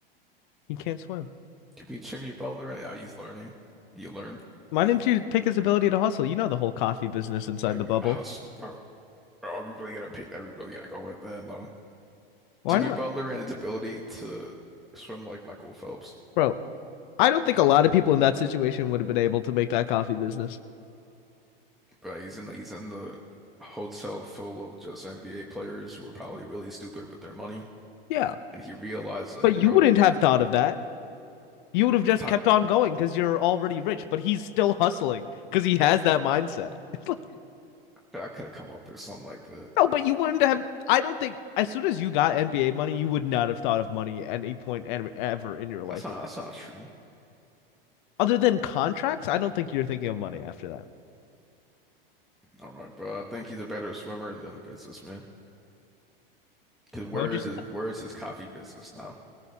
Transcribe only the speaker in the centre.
Give me Jimmy Butler and uh, he's learning. He learned.
What do
you mean?
How's are are we really gonna pick? Are we really gonna go with that? No.
Jimmy
Butler and his ability to swim like Michael Phelps.
But he's in the he's in the hotel full of just NBA players who are probably really stupid with their money.
and he realized like,
yo,
if I,
I could have come up with something like that.
That's not
that's not true.
All right, bro. I think he's a better swimmer than a businessman. Cause where
is his where is his coffee business now?